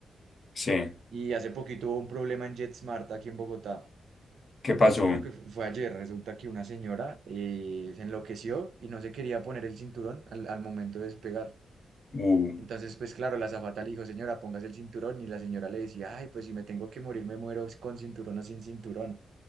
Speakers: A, on the left; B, on the right.
A: sí.
B: y hace poquito hubo un problema en JetSmart aquí en Bogotá.
A: ¿Qué
B: De
A: pasó?
B: hecho, creo que fue ayer. Resulta que una señora eh, se enloqueció y no se quería poner el cinturón al, al momento de despegar.
A: Uh,
B: Entonces, pues claro, la azafata le dijo, señora, póngase el cinturón y la señora le decía, ay, pues si me tengo que morir, me muero con cinturón o sin cinturón.